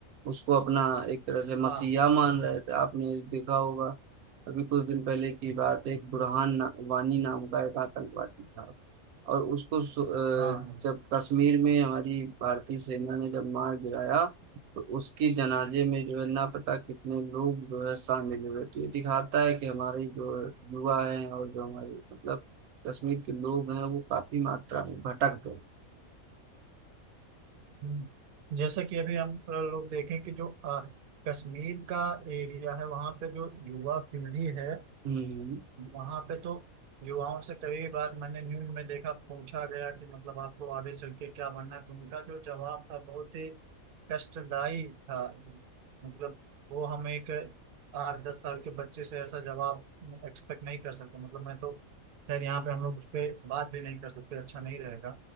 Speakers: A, on the right (about 85°); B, on the right (about 60°).
A: उसको अपना एक तरह से
B: हाँ
A: मसीहा मान रहे थे आपने देखा होगा अभी कुछ दिन पहले की बात है, एक बुरहान ना, वानी नाम का एक आतंकवादी था और उसको सु- अ,
B: हाँ हाँ
A: जब कश्मीर में हमारी भारतीय सेना ने जब मार गिराया तो उसके जनाजे में जो है ना पता कितने लोग जो है शामिल हुए तो ये दिखाता है कि हमारे जो युवा हैं और जो हमारे मतलब कश्मीर के लोग हैं वो काफी मात्रा में भटक गए
B: हम्म। जैसे कि अभी हम अ, लोग देखें कि जो अ, कश्मीर का एरिया है वहाँ पे जो युवा पीढ़ी है
A: हम्म हम्म
B: वहाँ पे तो युवाओं से कई बार मैंने न्यूज में देखा पूछा गया कि मतलब आपको आगे चल के क्या बनना है तो उनका जो जवाब था बहुत ही कष्टदायी था मतलब वो हम एक आठ दस साल के बच्चे से ऐसा जवाब एक्सपेक्ट नहीं कर सकते मतलब मैं तो खैर यहाँ पे हम लोग उस पर बात भी नहीं कर सकते अच्छा नहीं रहेगा